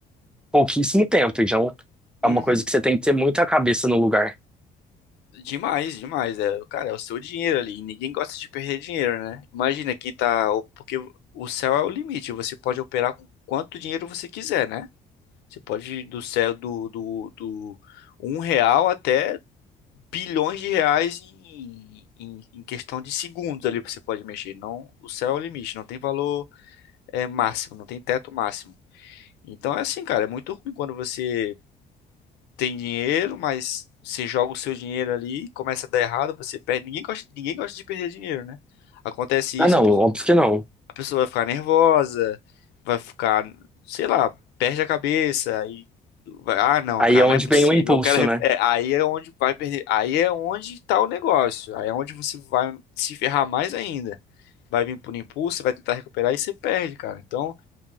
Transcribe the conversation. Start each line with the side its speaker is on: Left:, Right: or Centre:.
Centre: pouquíssimo tempo. Então, é
Left: Uhum.
Centre: uma coisa que você tem que ter muita cabeça no lugar.
Left: Demais, demais. É, cara, é o seu dinheiro ali. e Ninguém gosta de perder dinheiro, né? Imagina que tá. o- Porque o céu é o limite. Você pode operar com quanto dinheiro você quiser, né? Você pode ir do céu do, do, do um real até bilhões de reais em, em, em questão de segundos ali você pode mexer. Não, o céu é o limite. Não tem valor é, máximo, não tem teto máximo. Então é assim, cara. É muito ruim quando você tem dinheiro, mas você joga o seu dinheiro ali, começa a dar errado, você perde. Ninguém gosta, ninguém gosta de perder dinheiro, né? Acontece
Centre: Ah,
Left: isso,
Centre: não,
Left: a pessoa,
Centre: óbvio que não.
Left: a pessoa vai ficar nervosa, vai ficar, sei lá, perde a cabeça e vai, ah, não,
Centre: Aí
Left: cara,
Centre: é onde
Left: não é possível.
Centre: vem o impulso,
Left: Eu quero, recu-
Centre: né?
Left: é, aí é onde vai perder, aí é onde tá o negócio, aí é onde você vai se ferrar mais ainda. Vai vir por impulso, vai tentar recuperar e você perde, cara. Então,